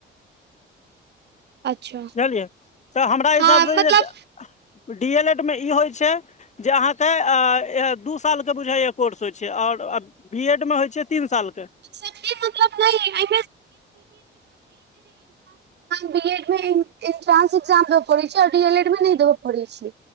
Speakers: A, on the right (about 60°); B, on the left (about 35°).
A: अच्छा
B: बुझलियै तऽ हमरा हिसाबसे
A: हँ मतलब
B: जे डी एल एड मे ई होइ छै जे अहाँके आऽ दू सालके बुझाइए कोर्स होइ छै आओर बी एड मे होइ छै तीन साल के
A: <unintelligible> एग्जाम बी एड मे इन इंट्रांस एग्जाम देबऽ पड़ै छैय और डी एल एड मे नै देबऽ पड़ै छैय